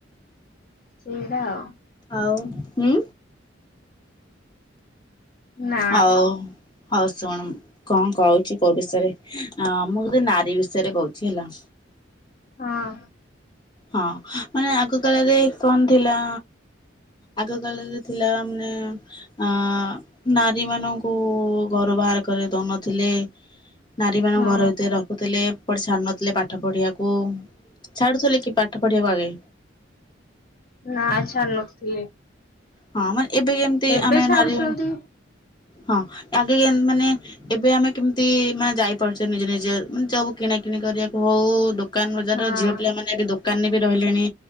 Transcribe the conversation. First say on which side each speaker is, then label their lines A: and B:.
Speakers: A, on the left; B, on the left.
A: ସେଇଟା ଆଉ
B: ଆଉ ହୁଁ
A: ନା
B: ଆଉ ହଉ ଶୁଣୁ କଣ କହୁଛି କୋଉ ବିଷୟରେ ମୁଁ ଯେ ନାରୀ ବିଷୟରେ କହୁଛି ହେଲା
A: ହଁ।
B: ହଁ ମାନେ ଆଗ କାଳରେ କଣ ଥିଲା ଆଗ କାଳରେ ଥିଲା ମାନେ ଆ ନାରୀ ମାନଙ୍କୁ ଘରୁ ବାହାର କରେଇ ଦଉନଥିଲେ। ନାରୀ ମାନଙ୍କୁ
A: ହଁ
B: ଘର ଭିତରେ ରଖୁଥିଲେ ଛାଡ଼ୁ ନଥିଲେ ପାଠ ପଢିବାକୁ ଛାଡୁଥିଲେ ପାଠ ପଢ଼ିବାକୁ ଆଗେ
A: ନା ଛାଡ଼ି ନଥିଲେ।
B: ହଁ ମାନେ ଏବେ କେମିତି
A: ଏବେ
B: ଆମେ
A: ଛାଡୁଛନ୍ତି
B: ନାରୀ ହଁ ଆଗେ କେମ୍ ମାନେ ଏବେ ଆମେ କେମିତି ମାନେ ଯାଇପାରୁଛେ ନିଜ ନିଜ ମାନେ ଯଉ କିଣା କିିଣି କରିବାକୁ ହୋଉ ଦୋକାନ ବଜାର
A: ହଁ
B: ଝିଅ ପିଲାମାନେ ଦୋକାନରେ ବି ରହିଲେଣି